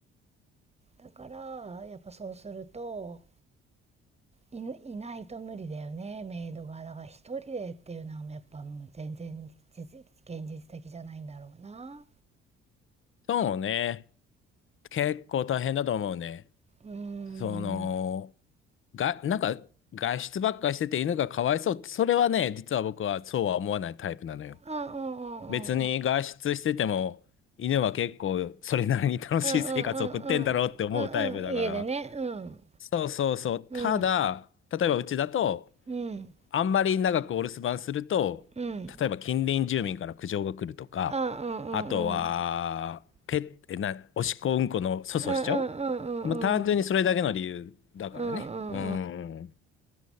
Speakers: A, on the right; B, on the left.
A: だからやっぱそうするとい、いないと無理だよねメイドがだから一人でっていうのはやっぱもう全然実現実的じゃないんだろうな
B: そうね。結構大変だと思うね。
A: うーん
B: その、が、なんか、外出ばっかりしてて犬がかわいそうって、それはね、実は僕はそうは思わないタイプなのよ。
A: うんうんうんうん
B: 別に外出してても、犬は結構それなりに楽しい生活を送ってんだろうって思うタイプだから。
A: うんうんうんうんうんうん家でねうん
B: そうそうそう。
A: うん
B: ただ、例えばうちだと、
A: うん
B: あんまり長くお留守番すると、
A: うんうん
B: 例えば近隣住民から苦情が来るとか、
A: うんうん
B: あとは、ペッ、えな、おしっこうんこの粗相しちゃう
A: うんうんうんうん
B: まあ、単純にそれだけの理由だからね。
A: うんうん
B: うん。